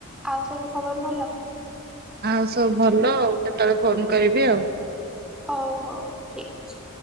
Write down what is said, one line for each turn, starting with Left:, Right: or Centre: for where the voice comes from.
Centre: ଆଉ ସବୁ ଖବର ଭଲ?
Right: ଆଉ ସବୁ ଭଲ ଆଉ କେତେବେଳେ ଫୋନ କରିବି ଆଉ।
Centre: ହଉ ହଉ ଠିକ ଅଛି।